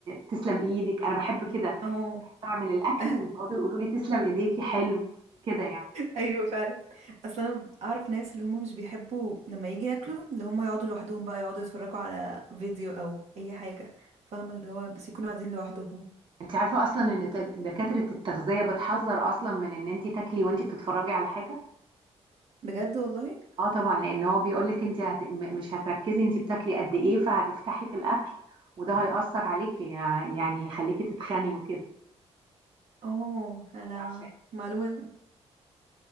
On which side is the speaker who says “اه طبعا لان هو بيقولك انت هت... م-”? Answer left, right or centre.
Right